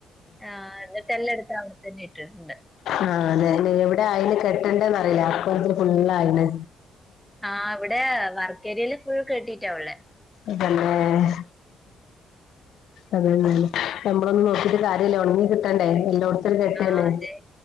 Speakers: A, in the centre; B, on the left.
A: ആ എന്നിട്ടെല്ലാം എടുത്ത് അവിടെ തന്നെ ഇട്ടിട്ടുണ്ട്
B: ആഹ് അതെ എവടെ അയല് കെട്ടണ്ടേന്നറീല്ല അപ്പഴത്തിന് ഫുള്ളായിന്
A: ആഹ് ഇവടെ വർക്കേരീല് ഫുൾ കെട്ടിട്ടാ ഉള്ളെ
B: ഇതെന്നേഹ് അത് തന്നെ ഞമ്മളൊന്നും നോക്കീട്ട് കാര്യല്ല ഉണങ്ങി കിട്ടണ്ടെ എല്ലോട് ക്കെ കെട്ടന്നെ
A: ആ അതെ